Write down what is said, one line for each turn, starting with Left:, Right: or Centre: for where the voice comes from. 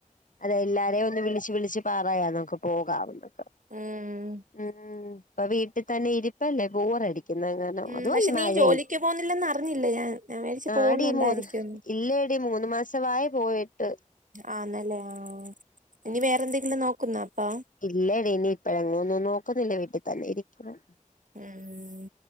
Left: അതെ എല്ലാരെയ ഒന്ന് വിളിച്ചവിളിച്ച് പറയാ നമക്ക് പോകാവന്നൊക്കെ
Right: ഉം
Left: ഉം ഇപ്പ വീട്ടിൽ തന്നെ ഇരിപ്പല്ലേ ബോറടിക്കുന്നങ്ങനെ
Right: ഉം
Left: അതോ
Right: പക്ഷെ
Left: പോ മഴ
Right: നീ ജോലിക്ക്
Left: യായിആടി
Right: പോകുന്നില്ലെന്ന് അറിഞ്ഞില്ല ഞാൻ ഞാൻ വിചാരിച്ച് പോകുന്നുണ്ടായിരിക്കുംന്ന്
Left: മൂന്ന് ഇല്ലേ ല്ലടിമൂന്ന് മാസമായി പോയിട്ട്
Right: ആന്നല്ലേ ആഹ ഇനി വേറെന്തെങ്കിലും നോക്കുന്നോ അപ്പൊ
Left: ഇല്ലടിഇനി ഇപ്പഴങ്ങ ഒന്നും നോക്കുന്നില്ല വീട്ടിൽ തന്നെ ഇരിക്കണം
Right: ഉം